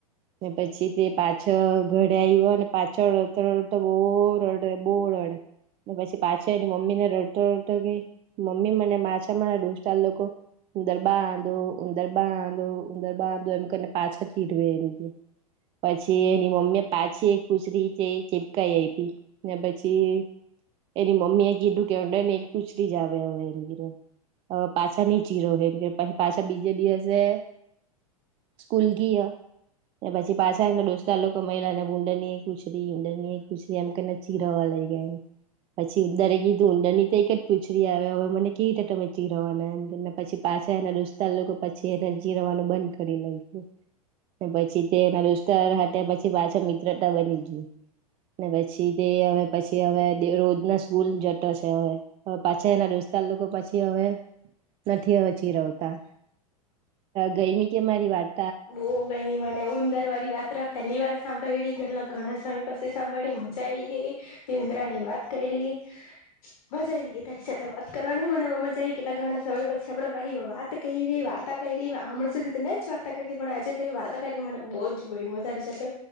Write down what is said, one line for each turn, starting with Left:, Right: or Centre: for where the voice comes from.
Right: ને પછી તે પાછ ઘરે આયવ પાછ રરતા રરતા બોરડે બોર <unintelligible> ને પછી પાછા એની મમ્મી ને રડતો રડતો કેય મમ્મી મને માછા મારા દોસ્તાર લોકો ઉંદર બાંદો ઉંદર બાંદો ઉંદર બાંદો એમ કરીને પાછા ચીઠવે એમ કેય પછી એની મમ્મી પાછી એક ખુસરી ચીપકાઈ આયપી ને પછી એની મમ્મી એ કીધુ કે ઉડરની એક પૂછડી જ આવે હવે એમ‌ કીધુ‌ હવે પાછા ની ચીરવહે એમ કે પાછા બીજે દિવસે સ્કૂલ ગીય પછી પાછા એના ડોસ્તારલોકો મયલા અને ઉડર ની એક પુચદી ઉદરની પુચદી કેને ચીરાવા લાયગા એને પછી ઉદરે કીધું ઉડર ની તો એક જ પૂછડી આવે હવે મને કમચી રવાના એમ પછી પાછા દોસ્તાર લોકો પછી એન ચીરવાનુ રવાનું બંધ કરી લાયખુ પછી તેના દોસ્તાર સાથે પછી પાછા મિત્રતા બની ગઈ ને પછી તે હવે પછી હવે રોજ ના સ્કૂલ જતો છે હવે પાછા એના રોસ્તા લોકો પછી હવે નથી હવે ચીરવતા ગઈમી કે મારી વાત
Left: બો ગરમી મને ઉંદર વાળી વાત્રા પહેલી વાર સાંભળી કેટલા ઘણા સમય પાસી સાંભળી મજા આવી ગેય તે ઉદરાની વાત કયરી <unintelligible> મજા આવી ગઈ તારી સાથે વાત કરવાની મને બો મજા આવી કેટલા ઘણા સમય પછી આપડે પહી વાત કયરી વા તા કરી હમણા સુધી મેં જ વા <unintelligible> પણ આજે તો વાર્તા કરી બો‌જ ગયમુ તારી સાથે